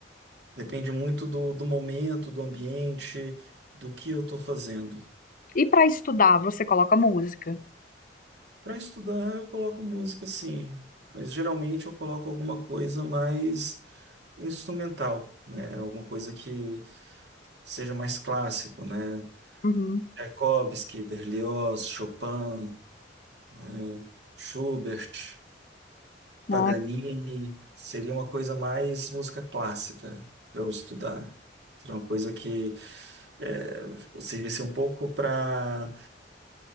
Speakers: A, on the right (about 65°); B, on the left (about 50°).
A: depende muito do, do momento, do ambiente, do que eu estou fazendo.
B: E para estudar, você coloca música?
A: Para estudar, eu coloco música sim, mas geralmente eu coloco alguma coisa mais instrumental, né? Alguma coisa que seja mais clássico, né?
B: Uhum.
A: Tchaikovsky, Berlioz, Chopin, eh, Schubert, Paganini,
B: Ah,
A: seria uma coisa mais música clássica para eu estudar. Seria uma coisa que eh, servisse um pouco para